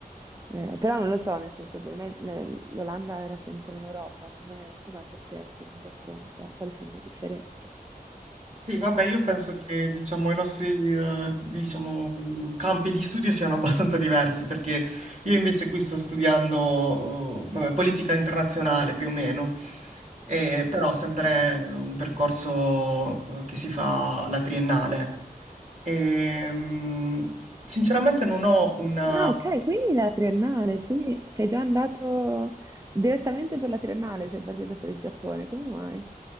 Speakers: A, on the right; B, on the right.
A: Eh, però non lo so, nel senso per me l- l'Olanda era sempre in Europa, come com'è per te essere in Giappone? Cioè, quali sono le differenze?
B: Sì, vabbè, io penso che diciamo, i nostri eh, diciamo, campi di studio siano abbastanza diversi, perché io invece qui sto studiando eh, vabbè, politica internazionale più o meno, e, però sempre un percorso eh, che si fa alla triennale. E, mm, sinceramente non ho una
A: Ah, ok, quindi la triennale, quindi sei già andato direttamente per la triennale, sei partito per il Giappone, come mai?